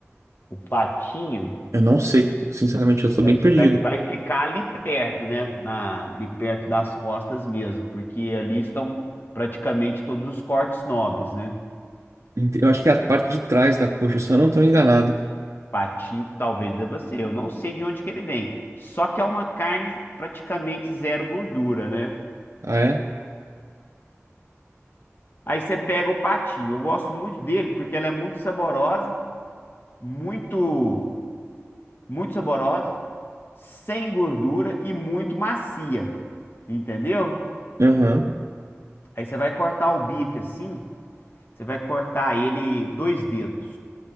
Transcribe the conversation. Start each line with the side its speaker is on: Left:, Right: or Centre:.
Left: O patinho,
Right: Eu não sei. Sinceramente, eu sou
Left: Vai,
Right: bem perdido.
Left: vai vai ficar ali perto, né? Na, ali perto das costas mesmo, porque ali estão praticamente todos os cortes nobres, né?
Right: Ent- Eu acho que é a parte de trás da coxa, se eu não tô enganado.
Left: Patinho talvez deva ser, eu não sei de onde que ele vem. Só que é uma carne praticamente zero gordura, né?
Right: Ah, é?
Left: Aí você pega o patinho, eu gosto muito dele porque ela é muito saborosa, muito, muito saborosa, sem gordura e muito macia, entendeu?
Right: Aham,
Left: Aí você vai cortar o bife assim. Você vai cortar ele dois dedos.